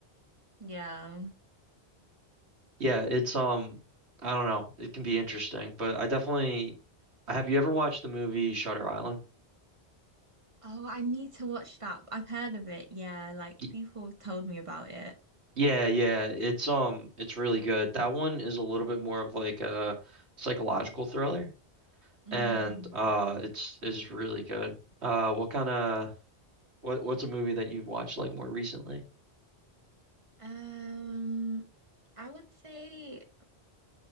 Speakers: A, on the right; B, on the right.
A: yeah.
B: Yeah, it's um I don't know. It can be interesting, but I definitely have you ever watched the movie Shutter Island?
A: Oh, I need to watch that. I've heard of it. Yeah, like
B: Y-
A: people have told me about it.
B: Yeah, yeah, it's um it's really good. That one is a little bit more of like a psychological thriller
A: Mm.
B: and uh it's it's really good. Uh what kind of what what's a movie that you've watched like more recently?
A: Um, I would say